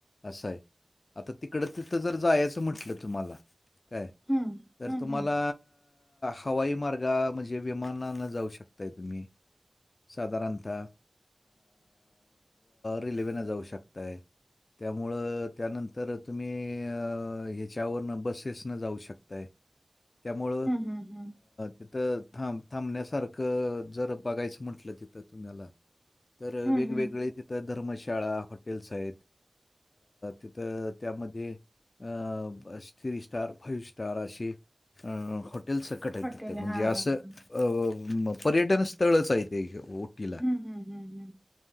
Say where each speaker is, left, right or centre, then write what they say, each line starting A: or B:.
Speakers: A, on the left; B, on the left.
A: असा आहे. आता तिकडं तिथं जर जायचं म्हटलं तुम्हाला काय
B: हम्म
A: तर
B: हम्म
A: तुम्हाला
B: हम्म
A: हवाई मार्ग म्हणजे विमानानं जाऊ शकताय तुम्ही. साधारणता रेल्वेनं जाऊ शकताय. त्यामुळं त्यानंतर तुम्ही हे त्याच्यावरनं बसेसनं जाऊ शकत त्यामुळं
B: हम्म हम्म हम्म हम्म
A: तिथं. थांब थांबण्यासारखं जर बघायचं म्हटलं तिथं तुम्हाला. तर वेगवेगळे
B: हम्म हम्म
A: तिथं धर्मशाळा हॉटेल्स आहेत. तिथं त्यामध्ये, अ. थ्री स्टार फाईव्ह स्टार असे हॉटेल्स सकट आहेत
B: हॉटेल
A: त ते
B: हा
A: म्हणजे असं
B: हा हा
A: अ व पर्यटन स्थळच आहे ते ओटीला.
B: हम्म हम्म हम्म हम्म.